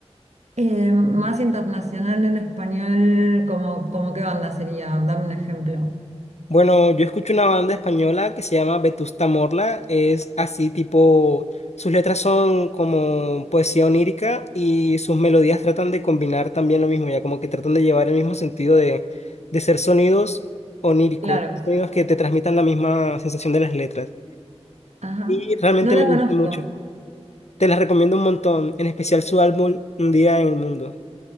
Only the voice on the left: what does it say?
Bueno, yo escucho una banda española que se llama Vetusta Morla, es así tipo, sus letras son como poesía onírica y sus melodías tratan de combinar también lo mismo, ya como que tratan de llevar el mismo sentido de, de ser sonidos oníricos,
sonidos que te transmitan la misma sensación de las letras.
Y realmente
me
gusta mucho. Te las recomiendo un montón, en especial su álbum Un día en el mundo.